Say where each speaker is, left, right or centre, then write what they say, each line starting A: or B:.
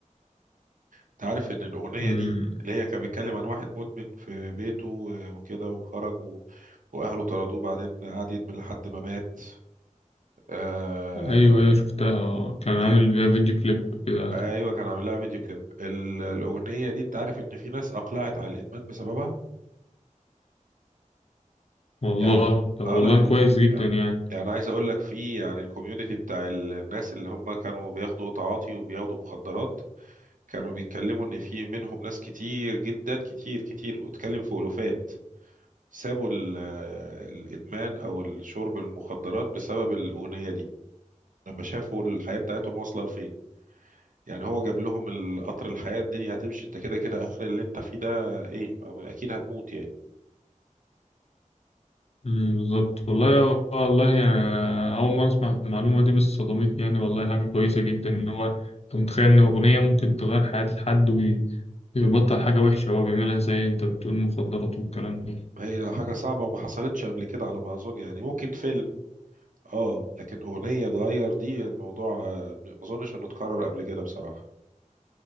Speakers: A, on the right; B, on the left.
A: انت عارف ان الاغنيه
B: امم
A: دي اللي هي كان بيتكلم عن واحد مدمن في بيته و- وكده وخرج و- واهله طردوه بعدين قعد يدمن لحد ما مات آه،
B: ايوه ايوه شفتها آه، كان عامل
A: ال-
B: فيها فيديو كليب كده
A: ايوه كان عامل لها فيديو كليب ال- الاغنيه دي انت عارف ان في ناس اقلعت على الادمان بسببها
B: والله
A: يعني
B: طب
A: اه
B: والله
A: لا
B: كويس جدا
A: يعني
B: يعني
A: يعني عايز اقول لك في يعني الكوميونتي بتاع ال- الناس اللي هم كانوا بياخدوا تعاطي وبياخدوا مخدرات كانوا بيتكلموا ان في منهم ناس كتير جدا كتير كتير واتكلم في الوفات سابوا ال- الادمان او الشرب المخدرات بسبب الاغنيه دي لما شافوا الحياه بتاعتهم واصله لفين يعني هو جاب لهم القطر الحياه الدنيا هتمشي انت كده كده اخر اللي انت فيه ده ايه اكيد هتموت يعني
B: امم بالظبط والله والله يعني اول مره اسمع المعلومه دي بس صدمتني يعني والله حاجه كويسه جدا ان هو انت متخيل ان اغنيه ممكن تغير حياه حد يبطل حاجة وحشة هو بيعملها زي انت بتقول مخدرات والكلام ده
A: هي حاجه صعبه وما حصلتش قبل كده على ما اظن يعني ممكن فيلم اه لكن اغنيه اتغير دي الموضوع آه، ما اظنش انه اتكرر قبل كده بصراحه